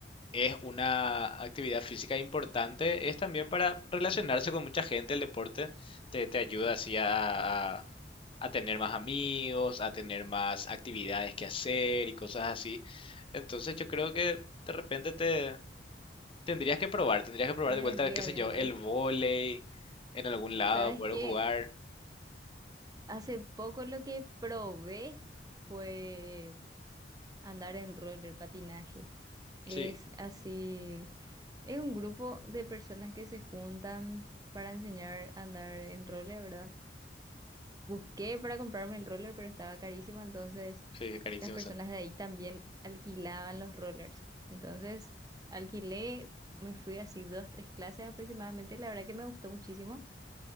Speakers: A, on the left (about 30°); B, on the right (about 20°).
A: es una actividad física importante, es también para relacionarse con mucha gente, el deporte te, te ayuda así a, a- a tener más amigos, a tener más actividades que hacer y cosas así. Entonces yo creo que de repente te tendrías que probar, tendrías que probar
B: Me
A: de vuelta,
B: vendría
A: qué sé
B: bien,
A: yo,
B: ¿verdad?
A: el vóley en algún lado,
B: ¿Sabes
A: poder
B: qué?
A: jugar.
B: Hace poco lo que probé fue andar en roller patinaje. Es
A: Sí,
B: así, es un grupo de personas que se juntan para enseñar a andar en roller, ¿verdad? Busqué para comprarme el roller, pero estaba carísimo, entonces
A: sí, carísimos
B: las personas
A: son.
B: de ahí también alquilaban los rollers. Entonces alquilé, me fui así dos, tres clases aproximadamente, y la verdad que me gustó muchísimo.